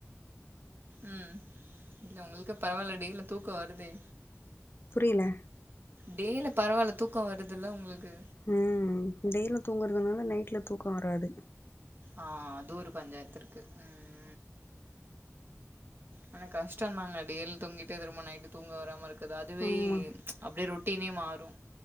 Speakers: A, on the right (about 40°); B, on the left (about 45°).
A: உம் இல்ல உங்களுக்கு பரவால்ல டேல தூக்கம் வருதே
B: இல்ல
A: டேல பரவால்ல தூக்கம் வருதுல்ல உங்களுக்கு
B: ம் டேல தூங்குறதுனால நைட்ல தூக்கம் வராது
A: ஆ அது ஒரு பஞ்சாயத்து இருக்கு உம் ஆனா கஷ்டந்தாங்க டேல தூங்கிட்டு திரும்ப நைட்டு தூங்க வராம இருக்கறது அதுவே
B: ஆமா.
A: அப்டியே ரொட்டினே மாறு